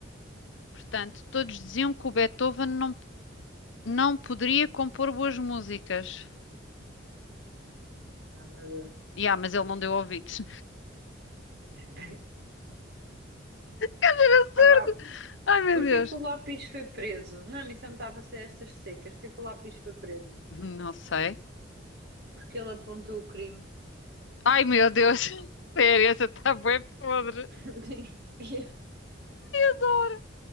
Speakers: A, on the left; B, on the right.
A: Portanto, todos diziam que o Beethoven não, não poderia compor boas músicas.
B: não meu Deus.
A: E ah, mas ele não deu ouvidos.
B: <laughs>
A: <laughs>
B: Epá,
A: Ai, meu
B: Porquê
A: Deus.
B: que o lápis foi preso? Não, isso não estava a ser estas secas. Porquê que o lápis foi preso?
A: Não sei.
B: Porque ele apontou o crime.
A: Ai, meu Deus. <laughs> Sério, essa está bem podre.
B: <laughs> Yeah.
A: Adoro.